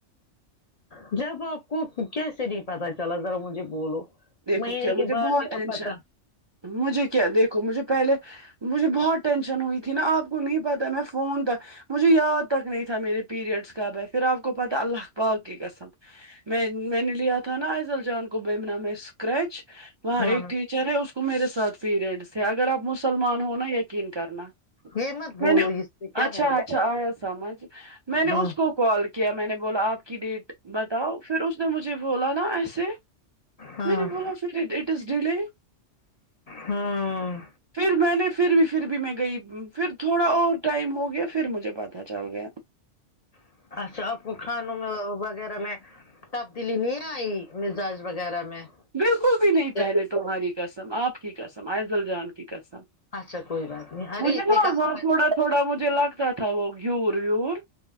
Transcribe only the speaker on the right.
دیکھو
کیا مجھے
بہت
ٹینشن
مجھے کیا دیکھو مجھے پہلے مجھے بہت ٹینشن ہوئی تھی نا آپ کو نہیں پتاہ میں فون تھا مجھے یاد تک نہیں تھا میرے پیریڈس کب ہے پھر آپ کو پتاہ اللہ پاک کی کسم میں میں نے لیا تھا نا ایضل جان کو بیمنا میں اسکریچ وہاں
ایک چرے اس کو میرے ساتھ پیریڈس تھے اگر آپ مسلمان ہونا یقین کرنا
میں
نے
اچھا
اچھا
آیا
سمجھ میں نے
اس کو کال کیا میں نے بولا آپ کی ڈیٹ بتاؤ پھر اس نے مجھے بولا نا ایسے
میں نے بولاٹ اٹ از ڈلے
پھر میں نے پھر بھی پھر بھی میں گئی پھر تھوڑا اور ٹائم ہو گیا پھر مجھے پتا چل گیا
بالکل بھی
نہیں پہلے
تمہاری قسم آپ کی قسم عض ال جان کی قسم
مجھے
نا
وہاں
تھوڑا
تھوڑا مجھے لگتا تھا وہ گھیور ویور